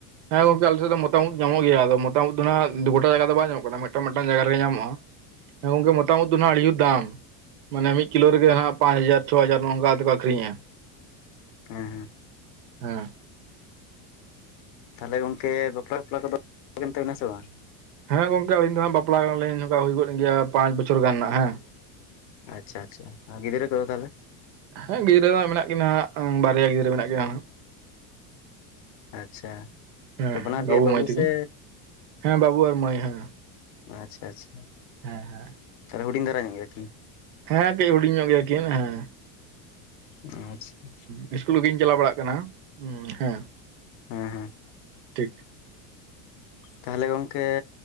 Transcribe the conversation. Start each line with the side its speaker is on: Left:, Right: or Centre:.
Right: ᱦᱮᱸ ᱜᱚᱝᱠᱮ ᱟᱞᱮᱥᱮᱫ ᱫᱚ ᱢᱚᱛᱟᱢ ᱩᱫ ᱧᱟᱢᱚᱜ ᱜᱮᱭᱟ ᱟᱫᱚ ᱢᱚᱛᱟᱢ ᱩᱫ ᱫᱚ ᱱᱟᱦᱟᱜ ᱟᱫᱚ ᱜᱚᱴᱟ ᱡᱟᱜᱟ ᱨᱮᱫᱚ ᱵᱟᱭ ᱧᱟᱢᱚᱜ ᱠᱟᱱᱟ ᱢᱤᱫᱴᱟᱝ ᱢᱤᱫᱴᱟᱝ ᱡᱟᱭᱜᱟ ᱨᱮᱜᱮ ᱧᱟᱢᱚᱜᱼᱟ᱾ ᱦᱮᱸ ᱜᱚᱢᱠᱮ ᱢᱚᱛᱟᱢ ᱩᱫ ᱫᱚ ᱦᱟᱸᱜ ᱟᱹᱰᱤ ᱡᱩᱨ ᱫᱟᱢ᱾ ᱢᱟᱱᱮ ᱢᱤᱫ ᱠᱤᱞᱳ ᱨᱮᱜᱮ ᱱᱟᱦᱟᱜ ᱯᱟᱸᱪ ᱦᱟᱡᱟᱨ ᱪᱷᱚ ᱦᱟᱡᱟᱨ ᱱᱚᱜ ᱱᱚᱝᱠᱟ ᱦᱟᱛᱮᱠᱚ ᱟᱹᱠᱷᱨᱤᱧᱟ᱾
Left: ᱦᱮᱸ ᱦᱮᱸ᱾
Right: ᱦᱚᱸ
Left: ᱛᱟᱦᱚᱞᱮ ᱜᱚᱝᱠᱮ ᱵᱟᱯᱞᱟ ᱵᱟᱯᱞᱟ ᱠᱚᱫᱚ ᱦᱩᱭᱮᱱ ᱛᱟᱵᱮᱱᱟ ᱥᱮ ᱵᱟᱝ?
Right: ᱦᱮᱸ ᱜᱚᱝᱠᱮ ᱟᱹᱞᱤᱧ ᱫᱚ ᱦᱟᱸᱜ ᱵᱟᱯᱞᱟ ᱦᱟᱠᱟᱱᱟᱞᱤᱧ ᱱᱚᱝᱠᱟ ᱦᱩᱭ ᱜᱚᱫ ᱤᱱ ᱜᱮᱭᱟ ᱯᱟᱸᱪ ᱵᱚᱪᱷᱚᱨ ᱜᱟᱱ ᱦᱮᱸ᱾
Left: ᱟᱪᱪᱷᱟ ᱟᱪᱪᱷᱟ ᱟᱨ ᱜᱤᱫᱽᱨᱟᱹ ᱠᱚᱫᱚ ᱛᱟᱦᱚᱞᱮ,
Right: ᱦᱮᱸ ᱜᱤᱫᱽᱨᱟᱹ ᱫᱚ ᱦᱟᱸᱜ ᱢᱮᱱᱟᱜ ᱠᱤᱱᱟ ᱦᱟᱸᱜ ᱵᱟᱨᱭᱟ ᱜᱤᱫᱽᱨᱟᱹ ᱢᱮᱱᱟᱜ ᱠᱤᱱᱟ ᱦᱟᱸᱜ᱾
Left: ᱟᱪᱪᱷᱟ
Right: ᱦᱮᱸ ᱦᱮᱸ
Left: ᱵᱟᱱᱟᱨ
Right: ᱵᱟᱹᱵᱩ
Left: ᱜᱮ
Right: ᱢᱟᱹᱭ ᱛᱤᱠᱤᱱ
Left: ᱥᱮ
Right: ᱦᱮᱸ ᱵᱟᱹᱵᱩ ᱟᱨ ᱢᱟᱹᱭ ᱦᱮᱸ
Left: ᱟᱪᱪᱷᱟ ᱟᱪᱪᱷᱟ
Right: ᱦᱮᱸ ᱦᱮᱸ
Left: ᱛᱟᱦᱚᱞᱮ ᱦᱩᱰᱤᱧ ᱫᱷᱟᱨᱟ ᱧᱚᱜ ᱜᱮᱭᱟ ᱠᱤᱱ᱾
Right: ᱦᱮᱸ ᱠᱟᱹᱡ ᱦᱩᱰᱤᱧ ᱧᱚᱜ ᱜᱮᱭᱟᱠᱤᱱ ᱦᱮᱸ᱾
Left: ᱟᱪᱪᱷᱟ᱾
Right: ᱤᱥᱠᱩᱞ ᱠᱚᱠᱤᱱ ᱪᱟᱞᱟᱣ ᱵᱟᱲᱟᱜ ᱠᱟᱱᱟ ᱦᱮᱸ᱾
Left: ᱦᱮᱸ ᱦᱮᱸ᱾
Right: ᱴᱷᱤᱠ
Left: ᱛᱟᱦᱚᱞᱮ ᱜᱚᱝᱠᱮ